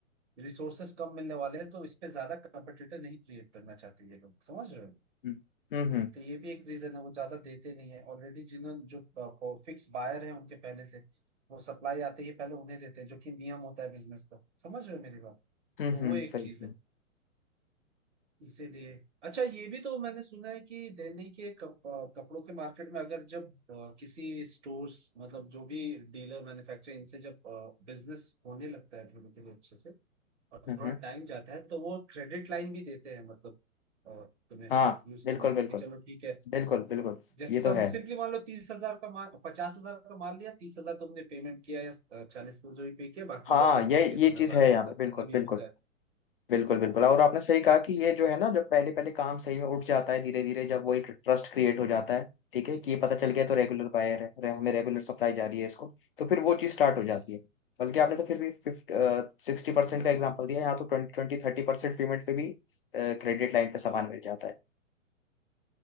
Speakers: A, on the right; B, on the left.
A: रिसोर्सेस कम मिलने वाले हैं तो इस पे ज्यादा कंपटीटर नहीं क्रिएट करना चाहते ये लोग समझ रहे हो
B: हम्म हम्म
A: तो ये भी एक रीजन है वो ज्यादा देते नहीं है ऑलरेडी जिन्होंने जो फिक्स बायर है उनके पहले से वो सप्लाई आते ही पहले उन्हें देते हैं जो कि नियम होता है बिजनेस का समझ रहे हो मेरी बात
B: हम्म
A: तो वो
B: हम्म,
A: एक
B: सही
A: चीज
B: सही
A: है इसीलिए अच्छा ये भी तो मैंने सुना है कि दिल्ली के कप, अ, कपड़ों के मार्केट में अगर जब अ, किसी स्टोर्स मतलब जो भी डीलर मैन्युफैक्चरर इनसे जब बिजनेस होने लगता है धीरे धीरे अच्छे से और
B: हम्म
A: थोड़ा
B: हम्म,
A: टाइम जाता है तो वो क्रेडिट लाइन भी देते हैं मतलब अ, तुम्हें
B: हाँ
A: यूज
B: बिल्कुल
A: करने के
B: बिल्कुल
A: लिए कि चलो ठीक है
B: बिल्कुल बिल्कुल
A: जैसे
B: ये
A: सब
B: तो है
A: सिंपली मान लो तीस हजार का माल पचास हजार का माल लिया तीस हजार तुमने पेमेंट किया या चालीस हजार जो भी पे किया बाकी
B: हाँ
A: का तुम
B: ये
A: ठीक है
B: ये
A: देना
B: चीज
A: बाद
B: है
A: में
B: यहाँ
A: ऐसा
B: पे बिल्कुल
A: ऐसा भी
B: बिल्कुल
A: होता है
B: बिल्कुल बिल्कुल और आपने सही कहा कि ये जो है ना जब पहले पहले काम सही में उठ जाता है धीरे धीरे जब वो एक ट्रस्ट क्रिएट हो जाता है ठीक है कि ये पता चल गया तो रेगुलर बायर है रे- हमें रेगुलर सप्लाई जा रही है इसको तो फिर वो चीज स्टार्ट हो जाती है बल्कि आपने तो फिर भी फिफ्ट सिक्सटी परसेंट का एग्जाम्पल दिया यहाँ तो ट्वेंटी ट्वेंटी थर्टी परसेंट पेमेंट पे भी क्रेडिट लाइन पे सामान मिल जाता है